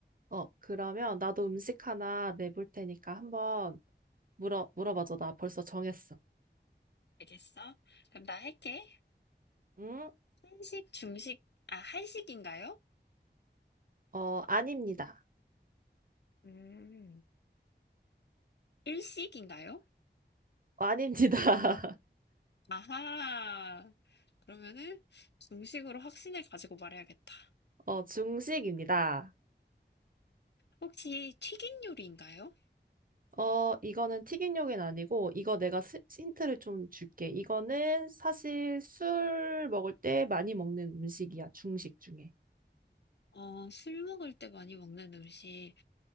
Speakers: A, on the right (about 50°); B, on the left (about 65°).
A: 어, 그러면 나도 음식 하나 내볼 테니까 한번 물어, 물어봐줘. 나 벌써 정했어.
B: 알겠어? 그럼 나 할게.
A: 응?
B: 한식, 중식, 아, 한식인가요?
A: 어, 아닙니다.
B: 음, 일식인가요?
A: 어, 아닙니다. <laughs>
B: 아하. 그러면은 중식으로 확신을 가지고 말해야겠다.
A: 어, 중식입니다.
B: 혹시 튀긴 요리인가요?
A: 어, 이거는 튀김요긴 아니고, 이거 내가 스, 힌트를 좀 줄게. 이거는 사실 술 먹을 때 많이 먹는 음식이야. 중식 중에.
B: 어, 술 먹을 때 많이 먹는 음식.